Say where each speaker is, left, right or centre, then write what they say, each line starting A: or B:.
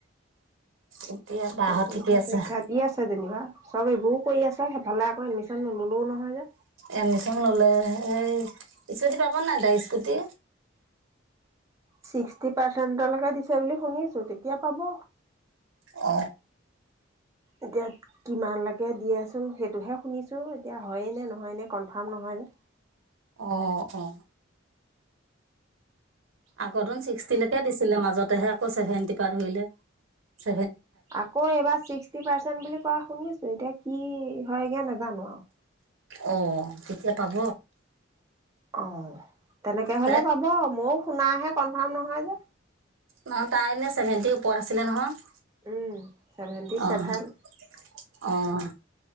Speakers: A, on the right (about 80°); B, on the right (about 15°).
A: এতিয়া বাহঁত
B: অ পৰীক্ষা
A: ঠিকে আছে?
B: চৰীক্ষা দি আছে যেনিবা চব এইবোৰো কৰি আছে, সেইফালে আকৌ এডমিচন নললো নহয় যে
A: এডমিচন ললেহে, স্কুটি পাব নাই দাই স্কুটি
B: ছিক্সটি পাৰ্চেন্টলেকে দিছে বুলি শুনি আছো, তেতিয়া পাব
A: অ
B: এতিয়া কিমান লেকে দি আছোং, সেইটোহে শুনিছোঁ এতিয়া হয়ে নে নহয় নে কনফাৰ্ম নহয় হে
A: অঁ অ আগতোন ছিক্সটিলেকে দিছিলে মাজতেহে আকৌ চেভেন্টি পা ধৰিলে ।
B: আকৌ এবাৰ ছিক্সটি পাৰ্চেন্ট বুলি কোৱা শুনি এতিয়া কি হয়গে নেজানো আৱ
A: অঁ তেতিয়া পাব
B: অ তেনেকে হলে
A: তাইত
B: পাব ময়ও শুনাহে কনফাৰ্ম নহয় যে।
A: নহয় তাই এনে চছেভেনটি ওপৰত আছিলে নহয় ।
B: উম ছেভেন্টি
A: অহ
B: ছেভেন
A: অহ